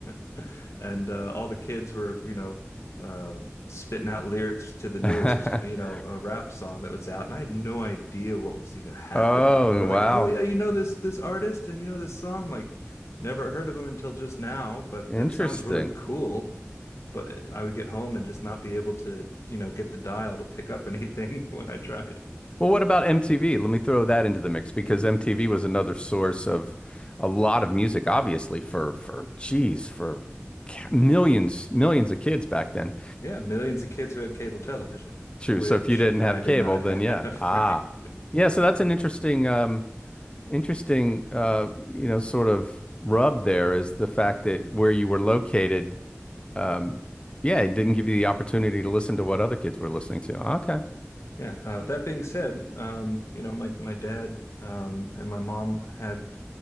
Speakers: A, on the left; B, on the left.
A: <laughs> and uh, all the kids were, you know, uh, spitting out lyrics to the newest,
B: <laughs>
A: you know, uh, rap song that was out, and I had no idea what was even happening.
B: Oh
A: They're
B: wow.
A: like, "Oh yeah, you know this this artist, and you know this song." I'm like, never heard of him until just now, but
B: Interesting.
A: that sounds really cool but I would get home and just not be able to, you know, get the dial to pick up <laughs> anything when I tried.
B: Well, what about MTV? Let me throw that into the mix because MTV was another source of a lot of music, obviously, for for geez, for ca- millions, millions of kids back then.
A: Yeah, millions of kids who had cable television,
B: True.
A: which
B: So if you didn't have
A: I
B: cable,
A: did not
B: then
A: <laughs> have,
B: yeah. Ah.
A: right?
B: Yeah, so that's an interesting um interesting uh you know sort of rub there is the fact that where you were located um yeah, it didn't give you the opportunity to listen to what other kids were listening to.
A: Yeah. Uh, that being said, um, you know, my my dad um, and my mom had,